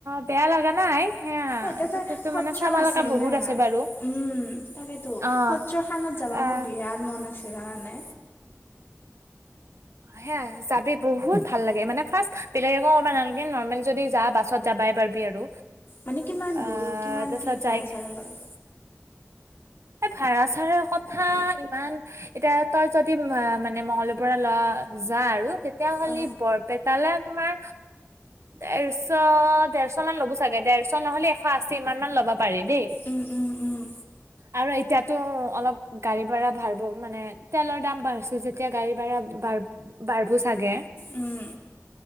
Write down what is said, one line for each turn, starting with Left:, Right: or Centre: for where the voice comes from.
Right: বেয়া লাগা নাই। সেয়া
Left: অ তাতে
Right: তাতেতো
Left: সত্ৰ
Right: মানে চাব
Left: আছেই
Right: লগা বহুত
Left: না
Right: আছে বাৰু
Left: উম তাকেতো
Right: অ',
Left: সত্ৰ খানত যাবা
Right: আহ
Left: মোৰ বিৰাট মন আছে জানানে
Right: সেয়া যাবি বহুত ভাল লাগে মানে ফাৰ্ষ্ট বেলেগ একৌ কৰবা নালগে নৰ্মেল যদি যা বাছত যাবাই পাৰবি আৰু।
Left: মানে কিমান
Right: আহ
Left: দূৰ কিমান
Right: তাৰপিছত
Left: কি ভাড়া
Right: যাই
Left: চাড়া লয়?
Right: এই ভাড়া চাড়াৰ কথা ইমান এতিয়া তই যদি মানে মঙ্গলৰ পৰা লোৱা যা আৰু তেতিয়াহলি
Left: অ
Right: বৰপেট তালে, তোমাৰ দেড়শ-দেড়শমান ল'ব চাগে। দেড়শ নহ'লে, এশ আশী ইমানমান ল'ব। পাৰি দেই।
Left: উম উম উম
Right: আৰু এতিয়াতো অলপ গাড়ী ভাড়া ভাঢ়বো মানে, তেলৰ দাম বাঢ়ছে যেতিয়া, গাড়ী ভাড়া বাঢ়-বাঢ়বো চাগে।
Left: উম।